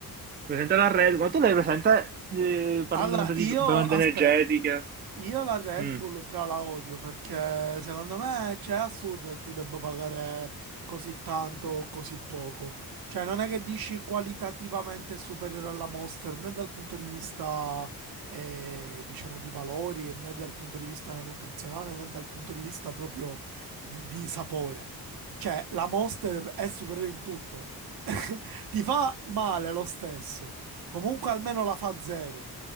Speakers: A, on the right; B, on the right.
A: Presente la Red, ma tu l'hai presente, eh, parlando
B: Allora,
A: sempre
B: io
A: di bevande
B: aspetto.
A: energetiche?
B: Io la Red
A: Mm.
B: Bull fra la odio perché secondo me cioè, è assurdo che tu debba pagare così tanto o così poco. Cioè non è che dici qualitativamente è superiore alla Monster né dal punto di vista eh, diciamo di valori né dal punto di vista nutrizionale né dal punto di vista proprio di, di sapore. Cioè la Monster è superiore in tutto. <laughs> Ti fa male lo stesso. Comunque almeno la fa zero